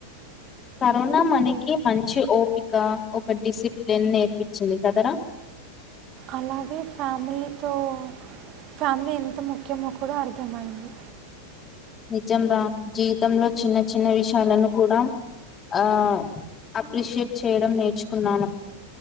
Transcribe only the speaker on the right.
అలాగే ఫ్యామిలీతో ఫ్యామిలీ ఎంత ముఖ్యమో కూడా అర్థమైంది